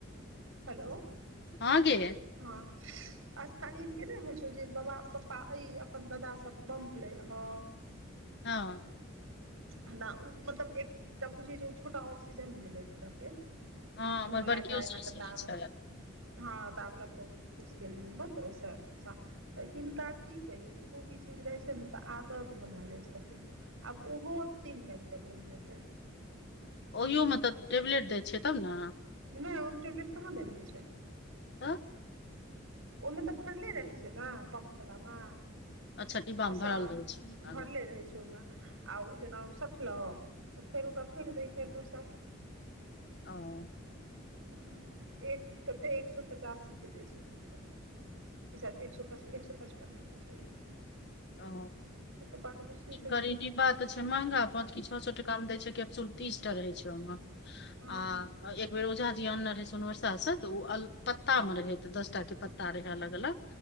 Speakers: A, on the right; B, on the left.
A: हेलो
B: हा गे।
A: हँ अस्थालीन के नहि होइ छौ जे बाबा पप्पा ए अपन दादा सभ। पम्पलर ह।
B: हँ।
A: न ऊ मतलब एकता बुझी छोटा ऑक्सीजन भेलै एक तरह के।
B: हँ
A: मूँहम
B: हमर बड़कियो
A: ल क एना
B: सासुरे
A: क दाम।
B: छै
A: हँ दाब लागतौ फूसफुसके म मत ओस। तऽ हिनका की कहियौ कोनो भी चीज रहैत छै ने तऽ आदत बना लैत छथिन। आब ओहो तीन टाइम क रोज लेतै।
B: ओहियो मे तऽ टेबलेट दय छै तब ने।
A: नहि ओ टेबलेट कहाँ देल होइ छै।
B: आ।
A: ओहिमे तऽ भरले रहै छै ने पम्प वलामे।
B: अच्छा डिब्बामे
A: असा
B: भरल रहै छै
A: भरले
B: आगाँ।
A: रहै छै। आ ओ जेना सटलह त फेर ओकरा फेक दह फेर दोसर।
B: ओ।
A: ह एक कते एक सए पचासी के दै छै एकटाम। क सा एक स, एक सए पचपन के दे छै एकटा।
B: ओ
A: पप्पाके मुश्किलसँ
B: गरीबी बात छै महंगा प छओ सए टका मे दै छै कैप्सूल। तीसटा रहै छै ओहिमे
A: हँ
B: आ एक बेर ओझा जीनने रहे सोनबरसा से तऽ ओ अल पत्ता मे रहे दसटा के पत्ता रहे अलग अलग